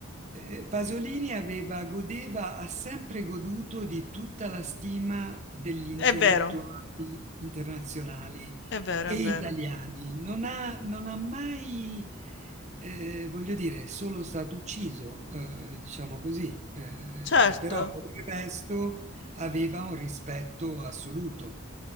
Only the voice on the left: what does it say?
È vero,
è vero,
è vero.
Certo.